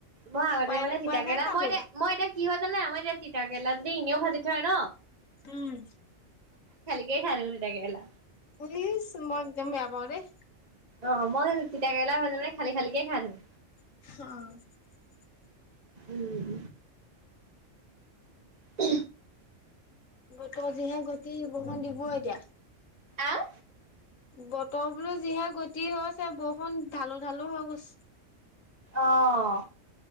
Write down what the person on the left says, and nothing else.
নোপোৱাতহে
খালো।
উম।
পুলিছ মই একদম বেয়া পাওঁ দেই
অ
বতৰ যিহে গটি বৰষুন দিব এতিয়া
বতৰ বোলো যিহে গতি হৈছে বৰষুণ ঢালো ঢালো হৈ গৈছ